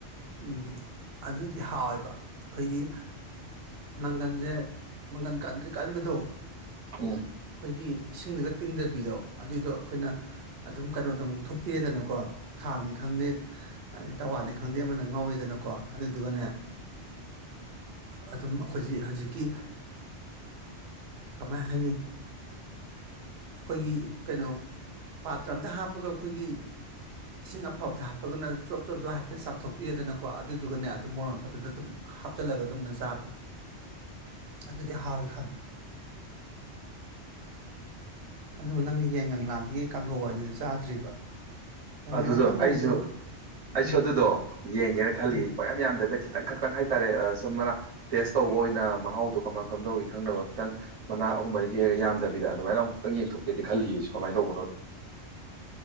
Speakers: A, on the right; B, on the right.
A: ꯎꯝ ꯑꯗꯨꯗꯤ ꯍꯥꯎꯋꯦꯕ ꯑꯩꯈꯣꯏꯒꯤ ꯃꯪꯒꯟꯁꯦ ꯃꯪꯒꯟ ꯀꯥꯟꯗ꯭ꯔꯔꯤ ꯀꯟꯕꯗꯣ
B: ꯎꯝ
A: ꯑꯩꯈꯣꯏꯒꯤ ꯏꯁꯤꯡꯗꯨꯒ ꯇꯤꯡꯗꯕꯤꯗꯣ ꯑꯗꯨꯏꯗꯣ ꯑꯩꯈꯣꯏꯅ ꯑꯗꯨꯝ ꯀꯩꯅꯣꯗꯪ ꯉꯣꯛꯊꯣꯛꯄꯤꯔꯦꯗꯅꯀꯣ ꯈꯥꯡꯅꯤ ꯈꯪꯗꯦ ꯑꯗꯩ ꯇꯋꯥꯅꯤ ꯈꯪꯗꯦ ꯑꯃꯅ ꯉꯥꯎꯔꯤꯗꯅꯀꯣ ꯑꯗꯨꯗꯨꯒꯅꯦ ꯑꯗꯨꯝ ꯑꯩꯈꯣꯏꯖꯤ ꯍꯧꯖꯤꯛꯀꯤ ꯀꯃꯥꯏ ꯍꯥꯏꯅꯤ ꯑꯩꯈꯣꯏꯒꯤ ꯀꯩꯅꯣ ꯄꯥꯇ꯭ꯔ ꯑꯝꯗ ꯍꯥꯞꯄꯒ ꯑꯩꯈꯣꯏꯒꯤ ꯏꯁꯤꯡ ꯑꯐꯕꯗ ꯍꯥꯞꯄꯒꯅ ꯆꯣꯞ ꯆꯣꯞꯁꯨ ꯍꯥꯏꯐꯦꯠ ꯆꯥꯝꯊꯣꯛ ꯄꯤꯔꯦꯗꯅꯀꯣ ꯑꯗꯨꯗꯨꯒꯅꯦ ꯑꯗꯨꯝ ꯃꯣꯔꯣꯟ ꯃꯄꯗꯨꯗ ꯑꯗꯨꯝ ꯍꯥꯞꯆꯤꯜꯂꯒ ꯑꯗꯨꯝꯅ ꯆꯥꯕ ꯑꯗꯨꯗꯤ ꯍꯥꯎꯋꯤ ꯈꯪꯉꯤ ꯑꯗꯨ ꯅꯪꯒꯤ ꯌꯥꯏꯉꯥꯒꯤ ꯀꯥꯡꯒꯧ ꯋꯥꯗꯨꯗꯤ ꯆꯥꯗ꯭ꯔꯤꯕ ꯌꯥꯏꯉꯪꯂꯥ
B: ꯑꯗꯨꯗꯣ
A: ꯀꯥꯡꯒꯧꯗꯣ
B: ꯑꯩꯁꯨ ꯑꯩꯁꯨ
A: ꯎꯝ
B: ꯑꯗꯨꯗꯣ ꯌꯦꯡꯒꯦꯅ ꯈꯜꯂꯤ
A: ꯎꯝ
B: ꯄꯌꯥꯝ ꯌꯥꯝꯗꯗ ꯈꯤꯇꯪ ꯈꯛꯇꯪ ꯍꯥꯏꯇꯥꯥꯔꯦ ꯁꯨꯝ ꯃꯅ ꯇꯦꯁ ꯇꯧꯕ ꯑꯣꯏꯅ ꯃꯍꯥꯎꯗꯣ ꯀꯃꯥꯏ ꯀꯝ ꯇꯧꯏꯤ ꯈꯪꯅꯕ ꯈꯤꯇꯪ ꯃꯅꯥ ꯑꯍꯨꯝ ꯃꯔꯤ ꯍꯦꯛꯑꯒ ꯌꯥꯝꯗꯕꯤꯗ ꯑꯗꯨꯃꯥꯏꯅ ꯑꯃꯨꯛꯇꯪ ꯌꯦꯡꯊꯣꯛꯀꯦꯗꯤ ꯈꯜꯂꯤ ꯑꯩꯁꯨ ꯀꯃꯥꯏꯅ ꯇꯧꯕꯅꯣꯗꯣ